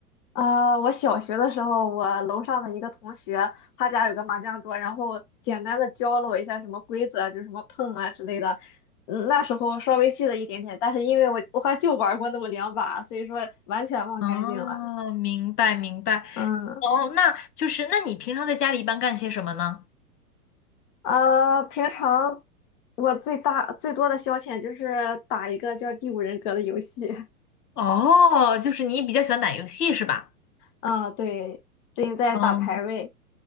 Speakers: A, on the left (about 35°); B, on the left (about 80°).
A: 啊，我小学的时候，我楼上的一个同学，他家有个麻将桌，然后简单的教了我一下什么规则，就是什么碰啊之类的。嗯，那时候稍微记得一点点，但是因为我我还就玩过那么两把，所以说完全忘干净了。
B: 哦，明白明白。
A: 嗯，
B: 哦，那就是，那你平常在家里一般干些什么呢？
A: 啊，平常我最大最多的消遣就是打一个叫《第五人格》的游戏。<laughs>
B: 哦，就是你比较喜欢打游戏是吧？
A: 嗯，对，最近在打排位
B: 嗯，